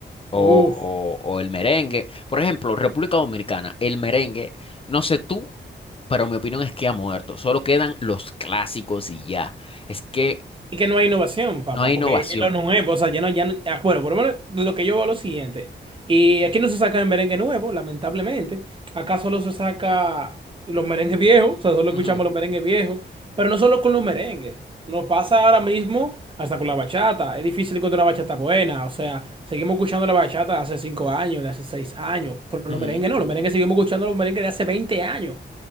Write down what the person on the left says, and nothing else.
o,
o o el merengue, por ejemplo, República Dominicana, el merengue, no sé tú, pero mi opinión es que ha muerto. Solo quedan los clásicos y ya. Es que
no hay
innovación.
Ujú,
ujú,